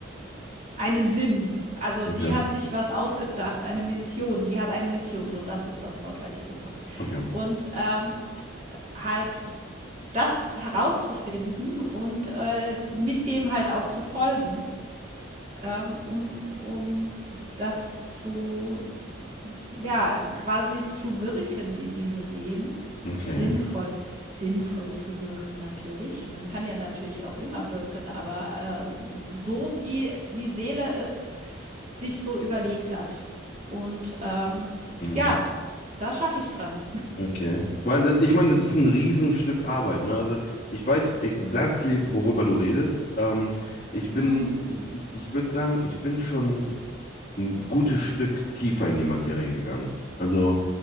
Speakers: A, on the right; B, on the left.
A: Einen Sinn. Also
B: okay,
A: die hat sich was ausgedacht, eine Mission. Die hat eine Mission, so das ist das Wort, was ich suche.
B: okay,
A: Und ähm, halt das herauszufinden und äh, mit dem halt auch zu folgen, ähm, um, um das zu, ja, quasi zu wirken in diesem Leben.
B: okay,
A: Sinnvoll, sinnvoll zu wirken natürlich. Man kann ja natürlich auch immer wirken, aber äh, so wie die Seele es sich so überlegt hat. Und ähm,
B: mhm.
A: ja, da schaffe ich dran.
B: Okay. Weil das, ich meine, das ist ein Riesenstück Arbeit, ne? Also ich weiß exakt, worüber du redest. Ähm, ich bin,
A: Mhm,
B: ich, ich würde sagen, ich bin schon ein gutes Stück tiefer in die Materie gegangen. Also